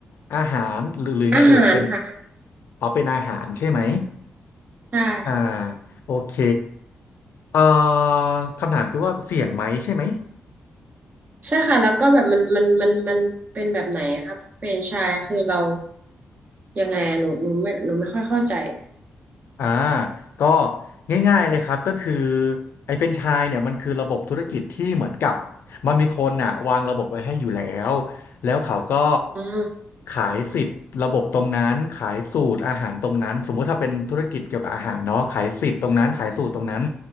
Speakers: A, on the left; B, on the right.
A: อาหารหรือหรือไงเอ่ยเป็น
B: อาหารค่ะ
A: อ๋อเป็นอาหารใช่ไหม
B: ใช่ค่ะ
A: อ่าโอเคเอ่อคำถามคือว่าเสี่ยงไหมใช่ไหม
B: ใช่ค่ะแล้วก็แบบมันมันมันมันเป็นแบบไหนอะครับแฟรนไชส์คือเรายังไงอ่ะหนูหนูไม่หนูไม่ค่อยเข้าใจ
A: อ่าก็ง่ายๆเลยครับก็คือไอ้แฟรนไชส์เนี่ยมันคือระบบธุรกิจที่เหมือนกับมันมีคนอ่ะวางระบบไว้ให้อยู่แล้วแล้วเขาก็
B: อืม
A: ขายสิทธิ์ระบบตรงนั้นขายสูตรอาหารตรงนั้นสมมุติถ้าเป็นธุรกิจเกี่ยวกับอาหารเนาะขายสิทธิ์ตรงนั้นขายสูตรตรงนั้น